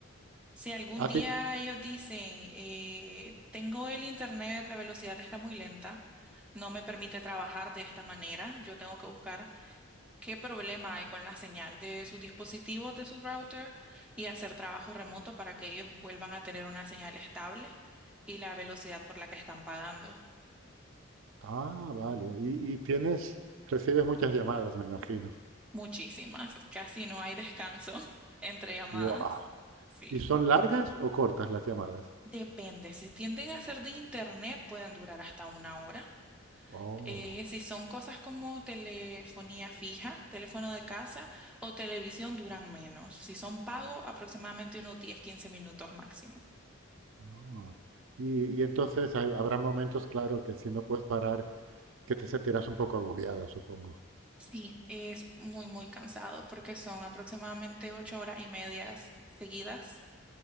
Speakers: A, in the centre; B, on the right.
A: Si algún
B: a, a
A: día
B: ti.
A: ellos dicen, eh, tengo el internet, la velocidad está muy lenta, no me permite trabajar de esta manera, yo tengo que buscar qué problema hay con la señal de sus dispositivos, de su router y hacer trabajo remoto para que ellos vuelvan a tener una señal estable y la velocidad por la que están pagando.
B: Ah, vale. Y, y tienes, recibes muchas llamadas, me imagino.
A: Muchísimas, casi no hay descanso <laughs> entre llamadas.
B: Wow.
A: Sí.
B: ¿Y son largas o cortas las llamadas?
A: Depende, si tienden a ser de internet pueden durar hasta una hora.
B: Oh,
A: Eh, si son cosas como telefonía fija, teléfono de casa o televisión, duran menos. Si son pago, aproximadamente unos diez, quince minutos máximo.
B: ah. Y, y entonces hay- habrá momentos, claro, que si no puedes parar, que te sentirás un poco agobiada, supongo.
A: Sí, es muy, muy cansado porque son aproximadamente 8 horas y medias seguidas